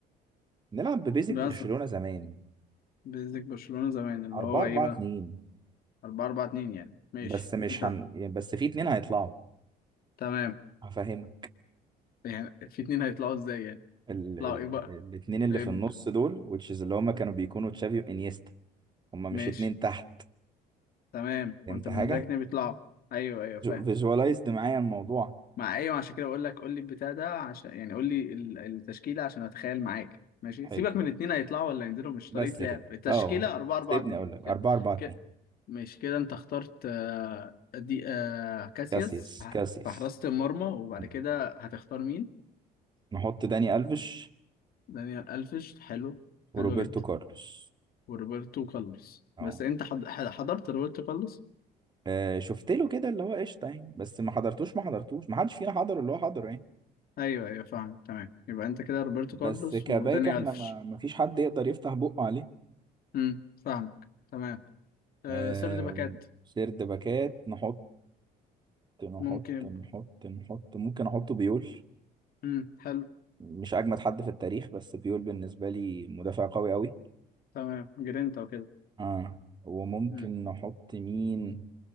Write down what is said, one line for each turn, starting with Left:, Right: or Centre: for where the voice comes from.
Right: نلعب ببيزك
Left: مثلا
Right: برشلونه زمان
Left: بيزك برشلونة زمان اللي
Right: 4
Left: هو
Right: 4
Left: ايه بقى
Right: 2
Left: 4 4 2 يعني ماشي
Right: بس مش
Left: انت
Right: هن يعني بس في اتنين هيطلعوا
Left: تمام
Right: هفهمك
Left: يعني في اتنين هيطلعوا ازاي يعني
Right: ال...
Left: يطلعوا
Right: ال...
Left: ايه بقى
Right: الاتنين اللي
Left: ايه
Right: في
Left: بقى
Right: النص دول which is اللي هما كانوا بيكونوا تشافي وانيستا هما مش
Left: ماشي
Right: اتنين تحت
Left: تمام
Right: فهمت
Left: وانت بالنسبه
Right: حاجة
Left: لك اتنين بيطلعوا ايوه ايوه فاهم
Right: فيجوالايزد معايا الموضوع
Left: مع ايوه عشان كده بقول لك قول لي البتاع ده عشان يعني قول لي ال- التشكيله عشان اتخيل معاك ماشي
Right: حلو
Left: سيبك من اتنين هيطلعوا ولا ينزلوا مش
Right: بس
Left: طريقه
Right: كده
Left: لعب التشكيله
Right: اه
Left: 4 4
Right: سيبني
Left: 2
Right: اقول لك 4
Left: كده
Right: 4 2
Left: كده ماشي كده انت اخترت آه، دي آه، كاسياس
Right: كاسياس
Left: في ح-
Right: كاسياس
Left: في حراسه المرمى وبعد
Right: مم.
Left: كده هتختار مين
Right: نحط داني الفيش
Left: دانيال الفيش حلو
Right: وروبرتو
Left: حلو جدا
Right: كارلوس
Left: وروبرتو كارلوس
Right: اهو
Left: بس انت حض- حضرت روبرتو كارلوس
Right: آه، شفت له كده اللي هو قشطه يعني بس ما حضرتوش ما حضرتوش ما حدش فينا حضر اللي هو حضره يعني
Left: ايوه ايوه فاهم تمام يبقى انت كده روبرتو
Right: بس
Left: كارلوس
Right: كباك
Left: وداني
Right: احنا
Left: الفش
Right: ما ما فيش حد يقدر يفتح بقه عليه
Left: امم فاهمك تمام آه
Right: آم،
Left: سير باكات
Right: سيرد باكات نحط نحط
Left: ممكن يبقى
Right: نحط نحط ممكن احط بيول
Left: امم حلو
Right: مش اجمد حد في التاريخ بس بيول بالنسبه لي مدافع قوي قوي
Left: تمام جرينتا وكده
Right: اه وممكن
Left: امم
Right: نحط مين